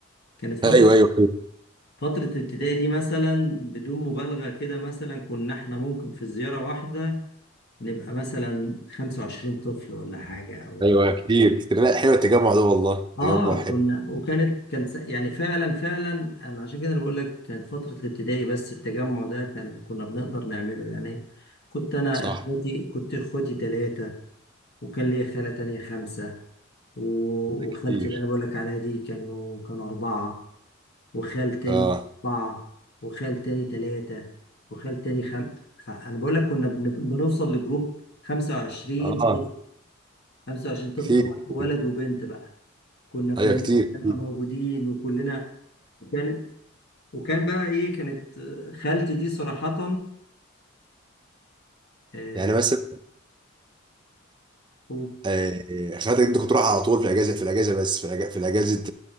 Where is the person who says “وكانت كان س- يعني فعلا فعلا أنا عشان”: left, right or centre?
Left